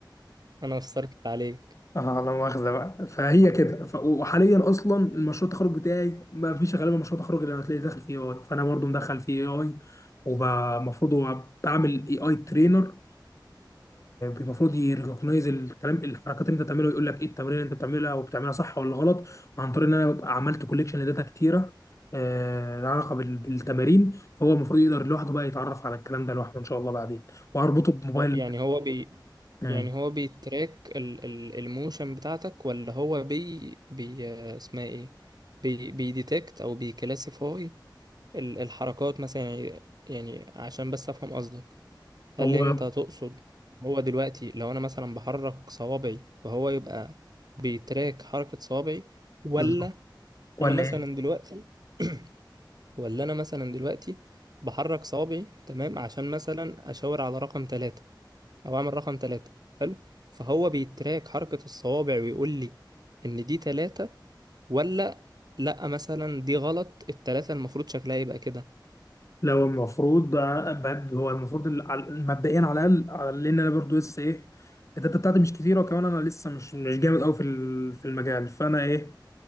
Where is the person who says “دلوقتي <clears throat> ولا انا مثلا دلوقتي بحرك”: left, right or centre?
Right